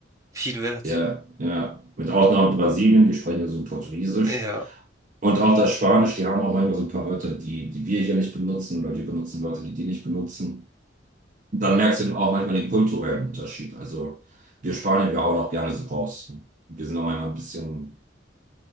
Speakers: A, on the right; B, on the right.
A: viel wert.
B: ja, ja. Mit Ausnahme Brasilien, die sprechen ja so Portugiesisch.
A: Ja,
B: Und auch das Spanisch, die haben auch manchmal so ein paar Wörter, die, die wir hier nicht benutzen, oder die benutzen Wörter, die die nicht benutzen. Und dann merkst du auch manchmal den kulturellen Unterschied. Also wir Spanier, wir hauen auch gerne so raus. Wir sind auch manchmal ein bisschen